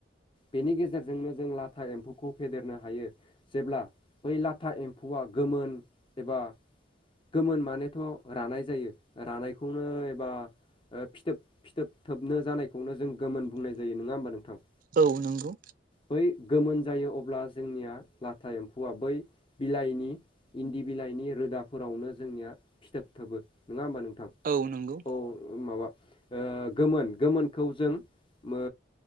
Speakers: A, on the left; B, on the right.
A: बेनि गेजेरजोंनो जों लाथा एम्फौखौ फेदेरनो हायो। जेब्ला बै लाथा एम्फौआ गोमोन एबा गोमोन मानेथ' रानाय जायो रानायखौनो एबा ओ फिथोब फिथोब थोबनो जानायखौनो जों गोमोन बुंनाय जायो नङा होमबा नोंथां
B: औ नोंगौ
A: बै गोमोन जायो अब्ला जोंनिया लाथा एम्फौआ बै बिलाइनि इन्दि बिलाइनि रोदाफोरावनो जोंनिया फिथोब थोबो नोङा होमबा नोंथां
B: औ नोंगौ
A: औ माबा ओ गोमोन गोमोनखौ जों ओ